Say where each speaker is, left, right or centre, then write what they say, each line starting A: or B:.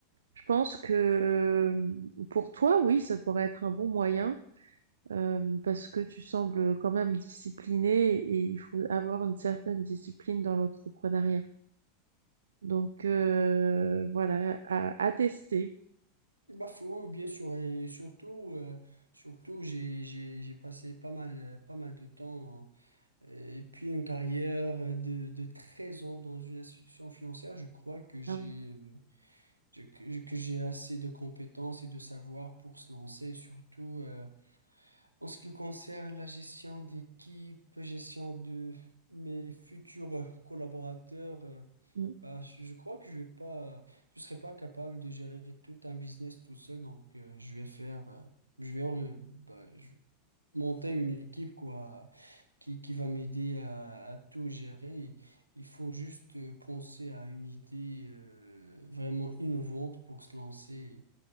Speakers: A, on the right (about 70°); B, on the right (about 85°).
A: Je pense que euh, pour toi, oui, ça pourrait être un bon moyen euh, parce que tu sembles quand même discipliné et il faut avoir une certaine discipline dans l'entrepreneuriat. Donc euh, voilà, à, à tester.
B: Bah, faut, bien sûr, et surtout, euh, surtout j'ai, j'ai, j'ai passé pas mal, pas mal de temps. Euh, Et puis une carrière de, de 13 ans dans une institution financière, je crois que j'ai
A: Ah oui.
B: euh, je- que que j'ai assez de compétences et de savoir pour se lancer, et surtout euh, en ce qui concerne la gestion d'équipe, gestion de mes futurs collaborateurs. euh,
A: Mm.
B: bah, je je crois que je vais pas, je serai pas capable de gérer tout un business tout seul, donc euh, je vais faire, euh, je vais, euh, bah, je- monter une équipe quoi qui, qui va m'aider à, à tout gérer. Il faut juste euh, penser à une idée euh, vraiment innovante pour se lancer